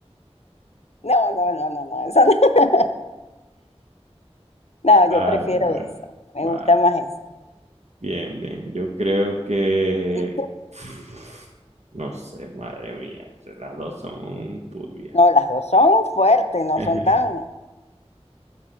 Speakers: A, on the left; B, on the right.
A: No, no, no, no, no, eso no. <laughs> No,
B: Vale,
A: yo prefiero
B: vale,
A: eso. Me
B: vale.
A: gusta más eso.
B: Bien, bien. Yo creo que...
A: Tú,
B: <sighs> No sé, madre mía. Las dos son turbias.
A: No, las dos son fuertes, no
B: <laughs>
A: son tan.